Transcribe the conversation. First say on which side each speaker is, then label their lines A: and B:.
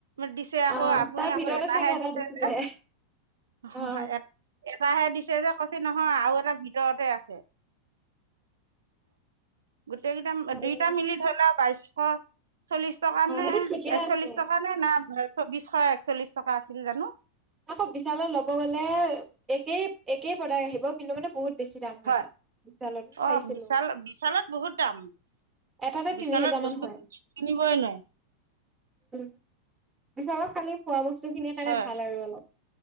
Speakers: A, on the right; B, on the right.
A: দিছে আকৌ
B: অ
A: আপুনি
B: তাৰ
A: আকৌ
B: ভিতৰতে
A: এটাহে
B: চাগে এটা
A: দিছে
B: দিছিলে
A: যে। হয়
B: অ
A: হয় এ এটাহে দিছে যে কৈছে নহয় আৰু এটা ভিতৰতে আছে। গোটেই কেইটা
B: ভালে
A: দুইটা মিলি ধৰি লওক। পাঁচশ চল্লিশ টকাত
B: অ
A: নে
B: সেইটো ঠিকে
A: একচল্লিশ
B: আছে
A: টকাত। মানে নাই চৌবিশ একচল্লিশ টকা আছিল জানো।
B: আকৌ বিশালত ল'ব গ'লে একেই- একেই প্ৰডাক্ট আহিব কিন্তু মানে বহুত। বেছি দাম
A: হয়
B: তাত বিশালত মই চাইছিলো
A: অ' বিশাল বিশালত বহুত দাম।
B: এটাতে
A: বিশালৰ
B: তিনি হেজাৰ মান
A: বস্তু
B: হয়
A: কিনিবই নোৱাৰি।
B: উম বিছালত খালি খোৱা বস্তু খিনিৰ কাৰণে
A: হয়
B: ভাল আৰু অলপ।